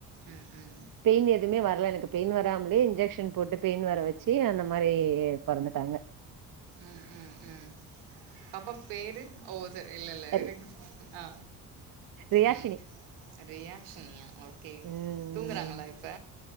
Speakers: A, on the right; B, on the right.
A: ம் ம்
B: பெயின் எதுமே வரல எனக்கு பெயின் வராமலே இன்ஜெக்ஷன் போட்டு பெயின் வர வச்சு அந்த மாதிரி பொறந்துட்டாங்க
A: ம் ம் ம் பாப்பா பேரு ஓ சேரி இல்ல இல்ல இருக்கு
B: ரி-
A: ஆ
B: ரியாஷினி
A: உம் ரியாஷனியா ஓகே
B: உம்
A: தூங்குறாங்களா இப்ப